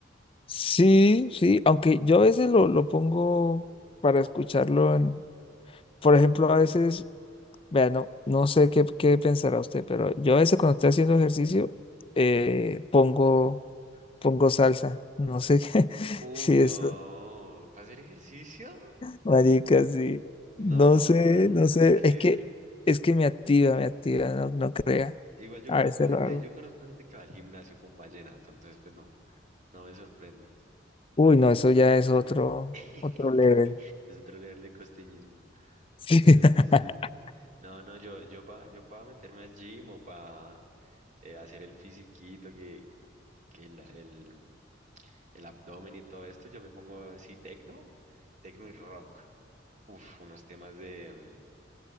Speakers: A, on the left; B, on the right.
A: Sí, sí, aunque yo a veces lo, lo pongo para escucharlo en, por ejemplo, a veces, vea, no, no sé qué, qué pensará usted, pero yo a veces cuando estoy haciendo ejercicio, eh, pongo, pongo salsa, no sé qué, <laughs>
B: Uy,
A: si
B: no.
A: es,
B: ¿Para hacer ejercicio?
A: marica, sí,
B: No,
A: no sé,
B: nada
A: no sé,
B: que
A: es
B: ver.
A: que, es que me activa, me activa, no, no crea,
B: Igual yo
A: a
B: conozco
A: veces
B: gente,
A: lo hago.
B: yo conozco gente que va al gimnasio con vallenato, entonces pues no, no me sorprende.
A: Uy, no, eso ya es otro,
B: <laughs>
A: otro level.
B: Es otro leerle costeñismo.
A: <laughs>
B: Pero sí. No, no, yo, yo para yo pa meterme al gym o para hacer el fisiquito, que, que el, el, el abdomen y todo esto, yo me pongo, sí, tecno, tecno y rock. Uf, unos temas de mm,